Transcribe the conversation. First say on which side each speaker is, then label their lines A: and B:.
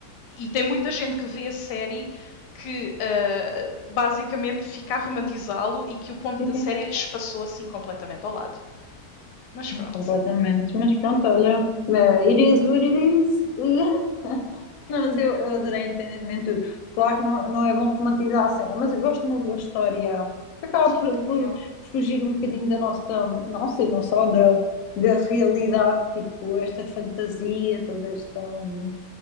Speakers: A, on the left (about 80°); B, on the left (about 65°).
A: e tem muita gente que vê a série que uh, basicamente fica a romantizá-lo e que o ponto
B: sim,
A: da
B: sim.
A: série lhes passou assim completamente ao lado. Mas
B: Não
A: pronto,
B: Completamente, mas pronto,
A: eu compro.
B: olha, eh, it is what it is. E... <laughs> Não, mas eu, eu adorei independentemente de tudo. Claro que não, não é bom romantizar a cena, mas eu gosto de uma boa história que acaba
A: Sim,
B: por,
A: também
B: por
A: eu.
B: fugir um bocadinho da nossa, nossa e não só da, da realidade, tipo esta fantasia, toda esta. hum,